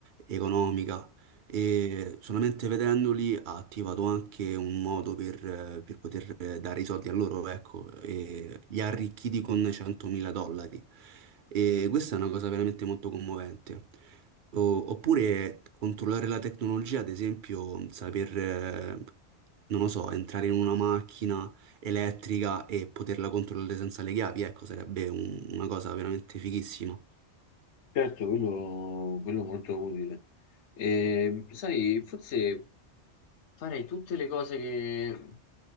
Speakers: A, on the right; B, on the left.
A: economica, e solamente vedendoli ha attivato anche un modo per, eh, per poter eh, dare i soldi a loro, ecco, e li ha arricchiti con 100.000 dollari. E questa è una cosa veramente molto commovente. O- oppure controllare la tecnologia, ad esempio, saper, eh, non lo so, entrare in una macchina elettrica e poterla controllare senza le chiavi, ecco, sarebbe un- una cosa veramente fighissima.
B: Certo, quello, quello è molto utile. E, sai, forse farei tutte le cose che...